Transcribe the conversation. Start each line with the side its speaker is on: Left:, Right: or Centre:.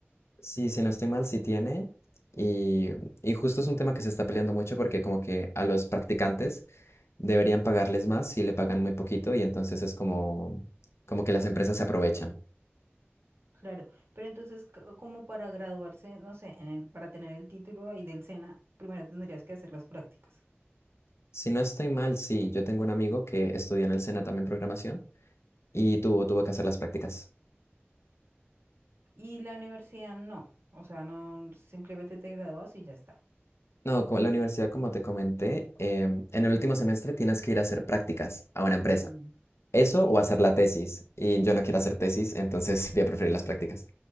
Left: Sí, si no estoy mal, sí tiene. Y, y justo es un tema que se está peleando mucho porque como que a los practicantes deberían pagarles más si le pagan muy poquito y entonces es como, como que las empresas se aprovechan.
Right: Claro, pero entonces co- como para graduarse, no sé, en el, para tener el título ahí del SENA, primero tendrías que hacer las prácticas.
Left: Si no estoy mal, sí, yo tengo un amigo que estudió en el SENA también programación y tuvo, tuvo que hacer las prácticas.
Right: Y la universidad no, o sea, no, simplemente te gradúas y ya está.
Left: No, co- la universidad, como te comenté, em, en el último semestre tienes que ir a hacer prácticas a una empresa.
Right: Mm,
Left: Eso
Right: sí,
Left: o
Right: sí,
Left: hacer la tesis. Y yo no quiero hacer tesis, entonces <laughs> voy a preferir las prácticas.